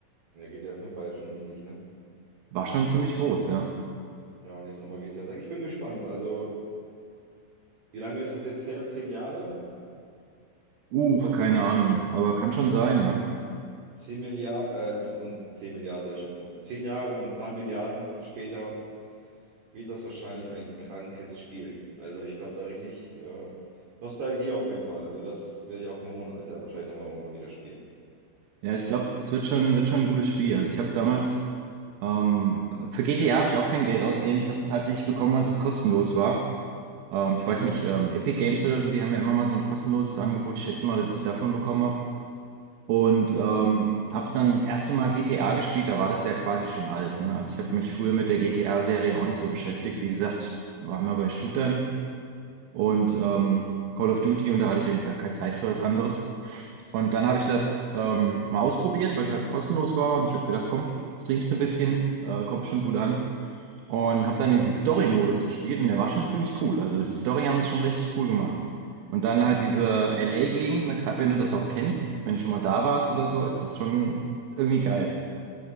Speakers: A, on the right; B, on the right.
A: der GTA 5 war ja schon riesig, ne?
B: War schon ziemlich groß, ja.
A: Ja, und jetzt nochmal GTA 6. Ich bin gespannt. Also, wie lange ist es jetzt her? Zehn Jahre?
B: Uh,
A: Ich glaube,
B: keine Ahnung, aber kann schon sein, ja.
A: 10 Milliarden, äh, 10 und 10 Milliarden, sage ich schon. Zehn Jahre und ein paar Milliarden später wird das wahrscheinlich ein krankes Spiel. Also ich glaube da richtig äh, Nostalgie auf jeden Fall. Also das werde ich auch im hohen Alter da wahrscheinlich nochmal mal mal wieder spielen.
B: Ja, ich glaube, es wird schon, wird schon ein gutes Spiel. Also ich habe damals, ähm, für GTA habe ich auch kein Geld ausgegeben. Ich habe es tatsächlich bekommen, als es kostenlos war. Ähm, ich
A: Mhm.
B: weiß nicht, ähm, Epic Games oder so, die haben ja immer mal so ein kostenloses Angebot. Ich schätze mal, dass ich es davon bekommen habe. Und ähm, habe es dann das erste Mal GTA gespielt, da war das ja quasi schon alt, ne? Also ich habe mich früher mit der GTA-Serie auch nicht so beschäftigt. Wie gesagt, ich war immer bei Shootern. und ähm, Call of Duty und da hatte ich eigentlich gar keine Zeit für was anderes. Und dann habe ich das ähm, mal ausprobiert, weil es halt kostenlos war und ich habe gedacht, komm, streamst ein bisschen, äh, kommt bestimmt gut an. Und habe dann diesen Story-Modus gespielt und der war schon ziemlich cool. Also die Story haben es schon richtig cool gemacht. Und dann
A: Ja,
B: halt
A: ge-
B: diese LA-Gegend, ne, gerade wenn du das auch kennst, wenn du schon mal da warst oder so, ist das schon irgendwie geil.